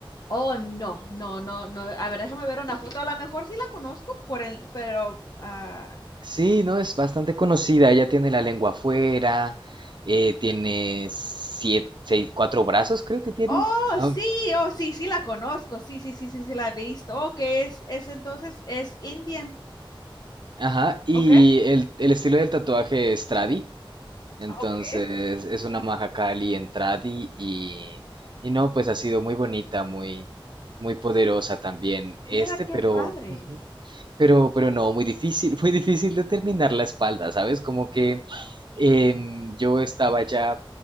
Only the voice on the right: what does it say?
Sí, no, es bastante conocida. Ella tiene la lengua afuera, eh, tiene siete, seis, cuatro brazos, creo que tiene.
Ah,
Ajá, y
el, el estilo del tatuaje es tradi. Entonces,
es una Mahakali en tradi y, y no, pues ha sido muy bonita, muy, muy poderosa también este,
pero...
Pero, pero no, muy difícil, <laughs> muy difícil determinar la espalda, ¿sabes? Como que em, yo estaba ya,